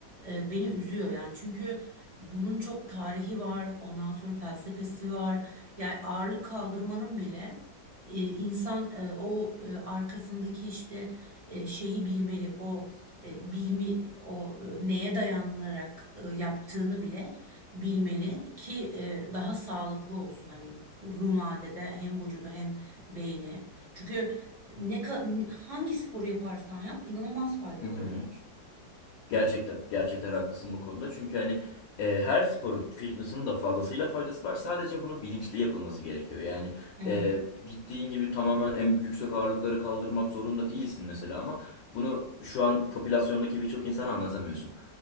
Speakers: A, on the right; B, on the left.
A: e, beni üzüyor yani. Çünkü bunun çok tarihi var, ondan sonra felsefesi var. Yani ağırlık kaldırmanın bile E, insan e, o e, arkasındaki işte e, şeyi bilmeli, o e, bilmi, o e, neye dayanarak e, yaptığını bile bilmeli ki e, daha sağlıklı olsun. Hani uzun vadede hem vücudu hem beyni. Çünkü ne ka- hangi sporu yaparsan yap inanılmaz faydaları
B: Hı hı.
A: var.
B: Gerçekten gerçekten haklısın bu konuda. Çünkü hani e, her sporun fitness'ın da fazlasıyla faydası var. Sadece bunu bilinçli yapılması gerekiyor. Yani
A: Evet.
B: e, gittiğin gibi tamamen en yüksek ağırlıkları kaldırmak zorunda değilsin mesela ama bunu şu an popülasyondaki birçok insana anlatamıyorsun.